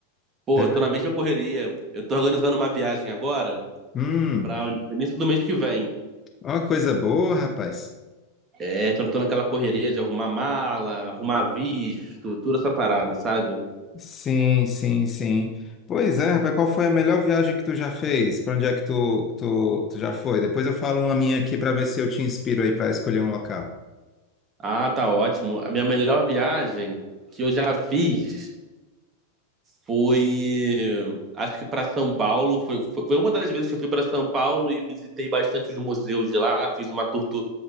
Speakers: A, on the right; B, on the left.
A: Pô,
B: É.
A: eu tô na mesma correria. Eu tô organizando uma viagem agora
B: Hum,
A: para o início do mês que vem.
B: uma coisa boa, rapaz.
A: É, tô, tô naquela correria de arrumar mala, arrumar visto, toda essa parada, sabe?
B: Sim, sim, sim. Pois é, rapaz, qual foi a melhor viagem que tu já fez? Pra onde é que tu, tu, tu já foi? Depois eu falo uma minha aqui pra ver se eu te inspiro aí pra escolher um local.
A: Ah, tá ótimo. A minha melhor viagem que eu já fiz foi, acho que para São Paulo. Foi, foi foi uma das vezes que eu fui para São Paulo e visitei bastante os museus de lá. Fiz uma tour tu-